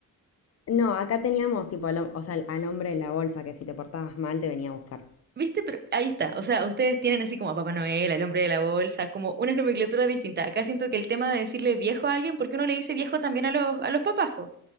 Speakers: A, on the left (about 45°); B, on the right (about 30°).
A: no, acá teníamos tipo al, hom- o sea, al, al hombre en la bolsa que si te portabas mal te venía a buscar.
B: ¿Viste? Pero ahí está. O sea, ustedes tienen así como a Papá Noel, al hombre de la bolsa, como una nomenclatura distinta. Acá siento que el tema de decirle viejo a alguien, porque uno le dice viejo también a los, a los papás, po?